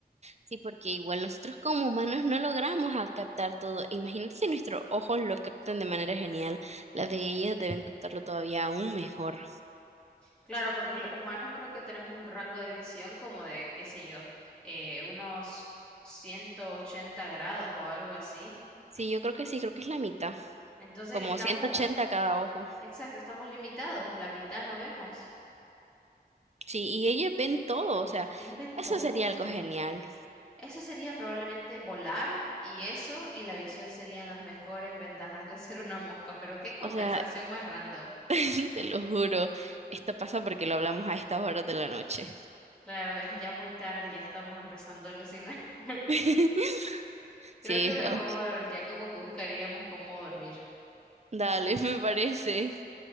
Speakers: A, on the right; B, in the centre.
A: Sí, porque igual nosotros como humanos no logramos a captar todo. Imagínate si nuestros ojos lo captan de manera genial, las de ellas deben captarlo todavía aún mejor.
B: Claro, porque los humanos creo que tenemos un rango de visión como de, qué sé yo, eh, unos 180 grados o algo así.
A: Sí, yo creo que sí, creo que es la mitad,
B: Entonces
A: como
B: estamos,
A: ciento ochenta cada ojo.
B: exacto, estamos limitados, la mitad no vemos.
A: Sí, y ellas ven todo, o sea,
B: Ellos ven
A: eso
B: todo.
A: sería algo genial.
B: Eso sería probablemente volar y eso y la visión serían las mejores ventajas de ser una mosca, pero qué conversación
A: O sea,
B: más random.
A: <laughs> Te lo juro, esto pasa porque lo hablamos a estas horas de la noche.
B: Claro, es ya muy tarde, ya estamos empezando a alucinar. <laughs>
A: <laughs>
B: Creo
A: Sí,
B: que mejor
A: oh,
B: ya como que buscaríamos cómo dormir.
A: dale, <laughs> me parece.